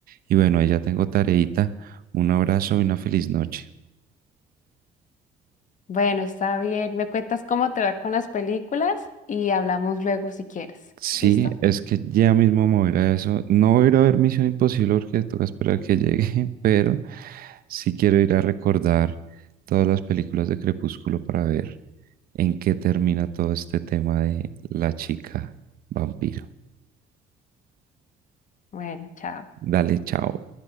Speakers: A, on the right; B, on the left.
A: Y bueno, ahí ya tengo tareita. Un abrazo y una feliz noche.
B: Bueno, está bien. Me cuentas cómo te va con las películas y hablamos luego si quieres.
A: Sí,
B: ¿Listo?
A: es que ya mismo me voy a ir a eso. No voy a ir a ver Misión Imposible porque toca esperar que llegue, <laughs> pero sí quiero ir a recordar todas las películas de Crepúsculo para ver en qué termina todo este tema de la chica vampiro.
B: Bueno, chao.
A: Dale, chao.